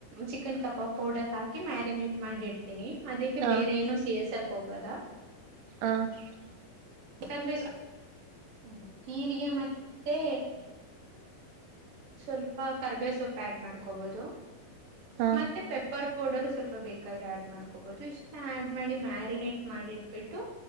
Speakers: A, on the right (about 70°); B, on the right (about 85°).
A: ಚಿಕನ್ ಕಬಾಬ್ ಪೌಡರ್ ಹಾಕಿ ಮ್ಯಾರಿನೇಟ್ ಮಾಡಿಡ್ತೀನಿ ಅದಕ್ಕೆ
B: ಹ
A: ಬೇರೆ ಏನು ಸೇರ್ಸಾಕ್ ಹೋಗದ
B: <unintelligible>
A: ಯಾಕಂದ್ರೆ ಹ್ಮ ಜೀರಿಗೆ ಮತ್ತೆ ಸ್ವಲ್ಪ ಕರ್ಬೇ ಸೊಪ್ಪ ಆಡ್ ಮಾಡ್ಕೋಬಹುದು
B: ಹ
A: ಮತ್ತೆ ಪೆ ಉಪ್ಪಾರ್ ಪೌಡರ್ ಸ್ವಲ್ಪ ಬೇಕಾದ್ರೆ ಆಡ್ ಮಾಡ್ಕೋಬಹುದು ಇಷ್ಟ ಆ್ಯಡ್ ಮಾಡಿ ಮ್ಯಾರಿನೇಟ್ ಮಾಡಿಟ್ಬಿಟ್ಟು